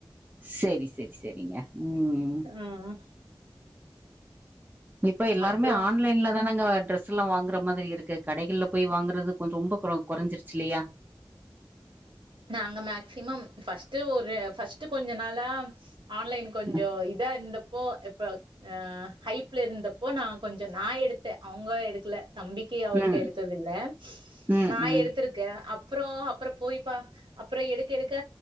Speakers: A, on the right; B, on the right.
A: செரி செரி செரிங்க ம்
B: ம்
A: இப்ப எல்லாருமே
B: அப்றோ
A: ஆன்லைன்லதானங்க டிர ஸெல்லா வாங்கற மாதிரி இருக்கு கடைகள்ல போய் வாங்கறது கொஞ்சோ ரொம்ப குறைஞ்சிருச்சு இல்லையா
B: நாங்க மேக்சிமம் ஃபர்ஸ்ட் ஒரு ஃபர்ஸ்ட் கொஞ்ச நாளா ஆன்லைன் கொஞ்சோ
A: ம்
B: இதா இருந்த ப்போ இப்ப அ ஹைப்ல இருந்தப்போ நா கொஞ்சோ நா எடுத்தன் அவுங்க எடுக்கல தம்பி க்கி அவருக்கு
A: ம்
B: எடுத்தத இல்ல
A: ம்
B: நா
A: ம்.
B: எடுத்திருக்க அப்றோ அப்றோ போய் பா அப்றோ எடுக்க எடுக்க